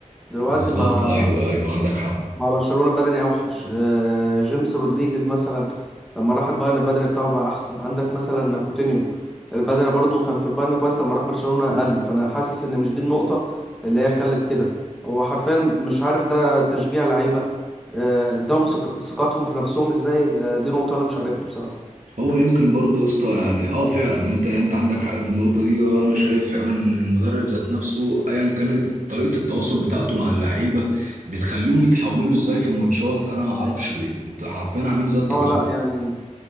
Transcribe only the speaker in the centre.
دلوقتي
مع
مع برشلونة بدني اوحش آه، جيمس رودريجيز مثلا لما راح البايرن البدني بتاعه بقى احسن عندك مثلا كوتينيو البدني برضو كان في البايرن كويس لما راح برشلونة قل فانا حاسس ان مش دي النقطة اللي هي خلت كده هو حرفيا مش عارف ده تشجيع لعيبة آه، اداهم ثق- ثقتهم في نفسهم ازاي آه، دي نقطة انا مش عارفها بصراحة
اه لا يعني